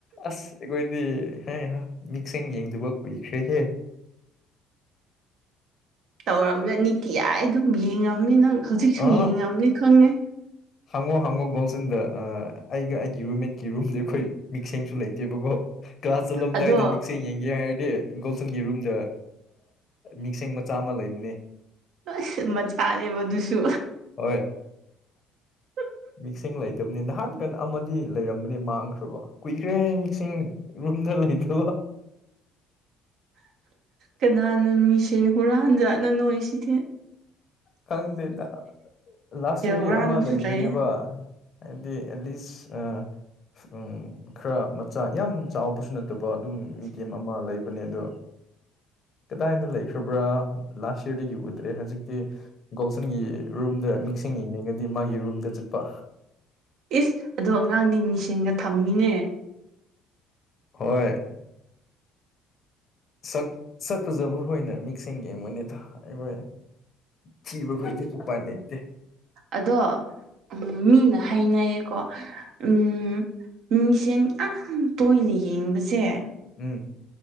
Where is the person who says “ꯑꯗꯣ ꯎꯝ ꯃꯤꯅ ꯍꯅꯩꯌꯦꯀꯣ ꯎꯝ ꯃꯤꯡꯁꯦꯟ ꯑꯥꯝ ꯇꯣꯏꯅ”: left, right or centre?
Right